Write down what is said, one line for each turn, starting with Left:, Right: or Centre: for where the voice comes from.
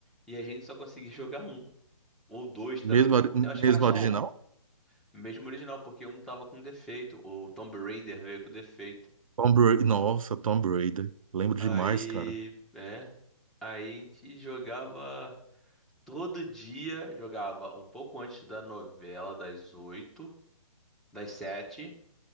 Centre: e a gente só conseguia <laughs> jogar um. Ou dois também,
Right: Mesmo,
Centre: ou-
Right: ori-
Centre: eu acho
Right: mesmo
Centre: que era só
Right: original?
Centre: um, mesmo original, porque um tava com defeito, o Tomb Raider veio com defeito.
Right: Tom Brady. Nossa, Tom Brady. Lembro
Centre: Aí,
Right: demais, cara.
Centre: é, aí a gente jogava todo dia, jogava um pouco antes da novela, das oito, das sete.